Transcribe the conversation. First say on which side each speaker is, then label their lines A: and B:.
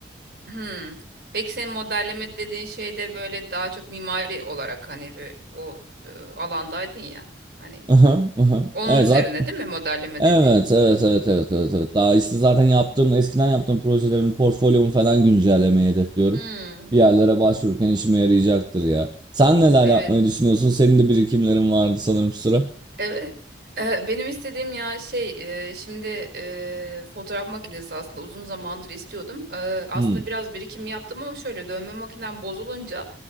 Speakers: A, on the right; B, on the right.
A: Hmm. Peki senin modelleme dediğin şey de böyle daha çok mimari olarak hani bir o e, alandaydın ya. Hani
B: Aha, aha.
A: onun
B: Evet
A: üzerine
B: zaten
A: değil mi modelleme
B: Evet,
A: dediğin?
B: evet, evet, evet, evet, evet. Daha işte zaten yaptığım, eskiden yaptığım projelerin portfolyomu falan güncellemeyi hedefliyorum.
A: Hmm.
B: Bir yerlere başvururken işime yarayacaktır ya. Sen neler
A: Evet,
B: yapmayı düşünüyorsun? Senin de birikimlerin vardı sanırım şu sıra.
A: evet. Ee, benim istediğim ya şey e, şimdi e, fotoğraf makinesi aslında uzun zamandır istiyordum. Ee, aslında
B: Hmm.
A: biraz birikim yaptım ama şöyle dövme makinem bozulunca